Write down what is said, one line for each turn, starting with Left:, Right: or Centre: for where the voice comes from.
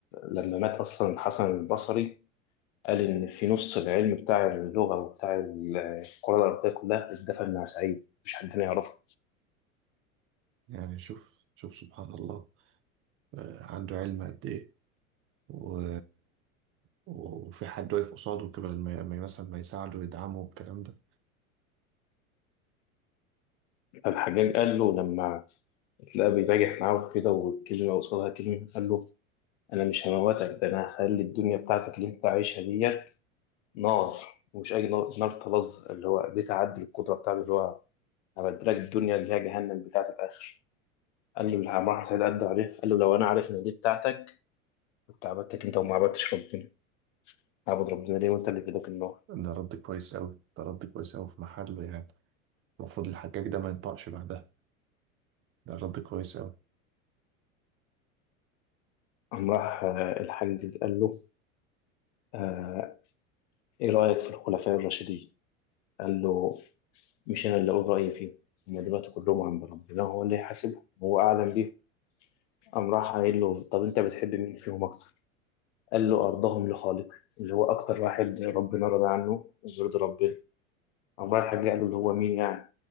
Left: لما مات أصلا الحسن البصري قال إن في نص العلم بتاع اللغة وبتاع القراءة العربية كلها اتدفن مع سعيد مش حد تاني يعرفه
Right: يعني شوف شوف سبحان الله آه، عنده علم قد إيه و... وفي حد واقف قصاده كده لما ما مثلا ما يساعده ويدعمه والكلام ده
Left: فالحجاج قال له لما لا بيباجح معاه كده والكلمة قصادها كلمة قال له أنا مش هموتك ده أنا هخلي الدنيا بتاعتك اللي أنت عايشها ديت نار ومش أي نار نار طلظ اللي هو دي تعدي القدرة بتاعته اللي هو هبدلك الدنيا اللي هي جهنم بتاعة الآخر قال له العمار سعيد قد عليه قال له لو أنا عارف إن دي بتاعتك كنت عبدتك أنت وما عبدتش ربنا عبد ربنا ليه وأنت اللي في ايدك النار
Right: ده رد كويس أوي ده رد كويس أوي في محله يعني المفروض الحجاج ده ما ينطقش بعدها ده رد كويس أوي
Left: قام راح آه، الحاج قال له آه، إيه رأيك في الخلفاء الراشدين؟ قال له مش أنا اللي أقول رأيي فيه هم دلوقتي كلهم عند ربنا هو اللي يحاسبهم هو أعلم بيهم قام راح قايل له طب أنت بتحب مين فيهم أكتر؟ قال له أرضهم لخالق اللي هو أكتر واحد ربنا رضى عنه ويرضي ربنا قام رايح رجع له اللي هو مين يعني؟